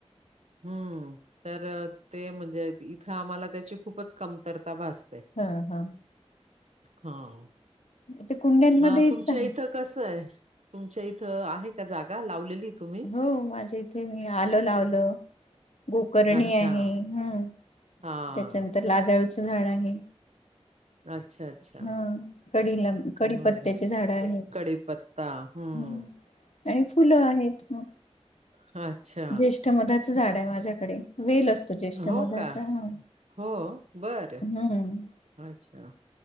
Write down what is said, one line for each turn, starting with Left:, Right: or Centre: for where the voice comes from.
Right: हम्म, तर ते म्हणजे इथं आम्हाला त्याची खूपच कमतरता भासते.
Left: ह ह
Right: हाव,
Left: ते कुंड्यांमध्ये
Right: अ तुमच्या
Left: चांग
Right: इथं कसं आहे. तुमच्या इथं आहे का जागा? लावलेली तुम्ही
Left: हो माझ्या इथे मी आलं लावलं. गोकर्णी
Right: अच्छा
Left: आहे. हम्म,
Right: हा
Left: त्याच्यानंतर लाजळूचं झाड आहे.
Right: अच्छा अच्छा
Left: ह, कढीला कडीपत्त्याचे
Right: बर
Left: झाड आहेत.
Right: कडीपत्ता हम्म
Left: हम, आणि फुलं आहेत. मग
Right: अच्छा.
Left: ज्येष्ठमधाचं झाड आहे माझ्याकडे. वेल असतो ज्येष्ठमधाचा
Right: हो का
Left: हा.
Right: हो बर
Left: हम्म,
Right: अच्छा.